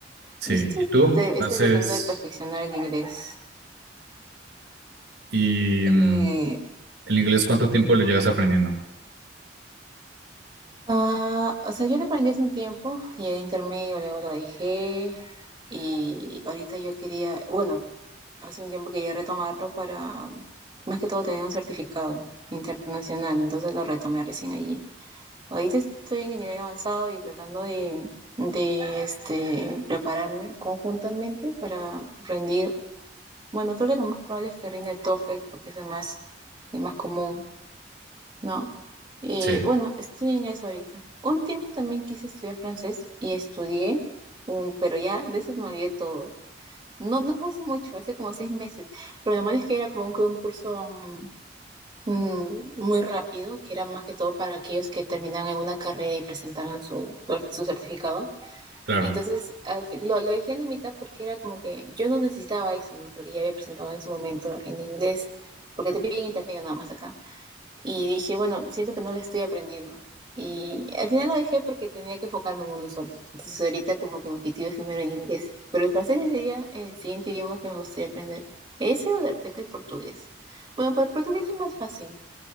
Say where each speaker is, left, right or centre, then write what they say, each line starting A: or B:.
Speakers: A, on the right (about 75°); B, on the right (about 25°).
A: Sí,
B: Yo estoy,
A: ¿y tú?
B: te-
A: Haces,
B: estoy tratando de perfeccionar el inglés.
A: y
B: Eh,
A: mm, el inglés, ¿cuánto tiempo lo llevas aprendiendo?
B: ah, o sea, yo lo aprendí hace un tiempo, llegué a intermedio, luego lo dejé y ahorita yo quería, bueno, hace un tiempo quería retomarlo para, más que todo, tener un certificado internacional, entonces lo retomé recién allí. Ahorita estoy en el nivel avanzado y tratando de, de este, prepararme conjuntamente para rendir Bueno, creo que lo más probable es que rinda el TOEFL porque es el más, el más común, ¿no? Eh,
A: Sí,
B: bueno, estoy en eso ahorita. Un tiempo también quise estudiar francés y estudié, um, pero ya de eso me olvidé todo. No, no fue hace mucho, hace como seis meses, pero lo malo es que era como un, un curso um, mm, muy rápido, que era más que todo para aquellos que terminaban alguna carrera y presentaran su, su certificado.
A: claro.
B: Entonces, al fin- lo, lo dejé en la mitad porque era como que yo no necesitaba eso, ¿no? Porque ya había presentado en su momento en inglés, porque te piden intermedio nada más acá. Y dije, bueno, siento que no lo estoy aprendiendo. Y al final lo dejé porque tenía que enfocarme en uno solo. Entonces, ahorita como que mi objetivo es primero el inglés. Pero el francés sería el siguiente idioma que me gustaría aprender. Ese o de repente el portugués. Bueno, para el portugués es más fácil.